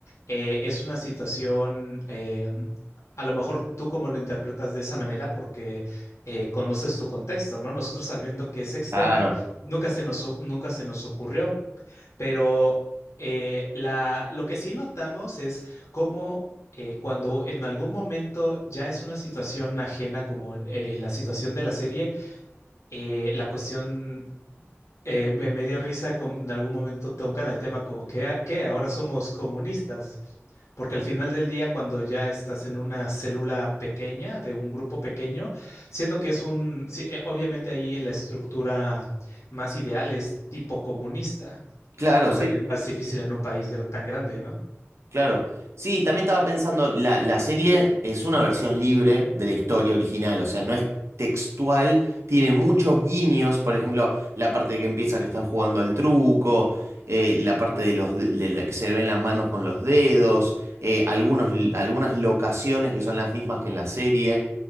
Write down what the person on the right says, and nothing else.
Claro.
Claro,
sí,
Claro. Sí, también estaba pensando, la, la serie es una versión libre de la historia original, o sea, no es textual, tiene muchos guiños, por ejemplo, la parte que empieza que están jugando al truco, eh, la parte de los de- de la que se le ven las manos con los dedos, eh, algunos, algunas locaciones que son las mismas que en la serie